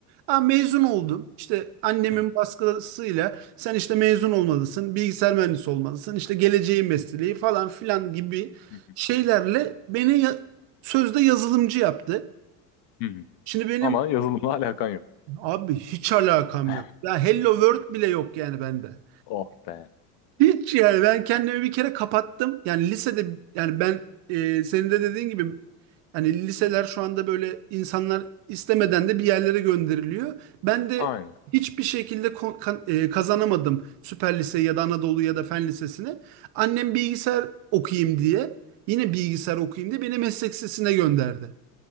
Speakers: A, on the right; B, on the left.
A: Ha, mezun oldum. İşte annemin
B: hı
A: baskısıyla sen işte mezun olmalısın, bilgisayar mühendisi olmalısın, işte geleceğin mesleği falan filan gibi
B: hı,
A: şeylerle beni ya- sözde yazılımcı yaptı.
B: hı hı. hı.
A: Şimdi benim
B: Ama yazılımla alakan yok.
A: abi hiç alakam
B: <laughs>
A: yok. Ya Hello World bile yok yani bende.
B: Oh be.
A: Hiç yani ben kendimi bir kere kapattım. Yani lisede yani ben e, senin de dediğin gibi hani liseler şu anda böyle insanlar istemeden de bir yerlere gönderiliyor. Ben de
B: Aynen.
A: hiçbir şekilde kon- kan- e, kazanamadım Süper Liseyi ya da Anadolu ya da Fen Lisesi'ni. Annem bilgisayar okuyayım diye yine bilgisayar okuyayım diye beni meslek lisesine gönderdi.